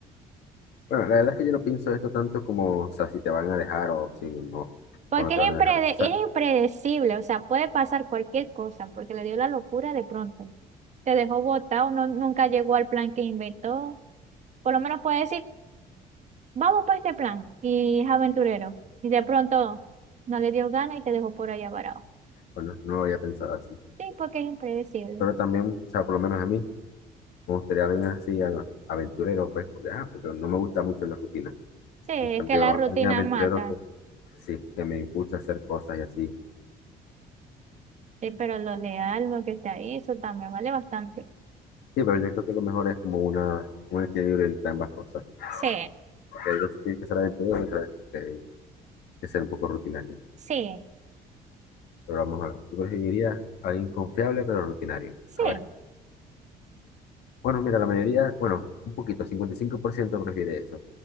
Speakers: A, on the left (about 75°); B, on the right (about 45°).
A: Bueno, la verdad es que yo no pienso esto tanto como, o sea, si te van a dejar o si no,
B: Porque
A: o no te
B: es
A: van
B: imprede-
A: a dejar. O sea,
B: es impredecible, o sea, puede pasar cualquier cosa, porque le dio la locura de pronto. Te dejó botado, no, nunca llegó al plan que inventó. Por lo menos puede decir, vamos por este plan, y es aventurero. Y de pronto no le dio gana y te dejó por allá varado.
A: bueno, no lo había pensado así.
B: Sí, porque es impredecible.
A: Pero también, o sea, por lo menos a mí, me gustaría alguien así, a- aventurero, pues, porque, ah, porque no me gusta mucho la rutina.
B: Sí, es
A: En cambio,
B: que la rutina
A: alguien aventurero
B: mata,
A: que sí, que me impulsa a hacer cosas y así.
B: Sí, pero lo leal, lo que está ahí, eso también vale bastante.
A: Sí, pero yo creo que lo mejor es como una, un equilibrio entre ambas cosas.
B: Sí,
A: Porque hay veces que hay que ser aventurero y otras veces que hay que ser un poco rutinario.
B: sí,
A: Pero vamos a ver, tú preferirías a alguien confiable pero rutinario.
B: sí,
A: A ver. Bueno, mira, la mayoría, bueno, un poquito, 55% prefiere eso,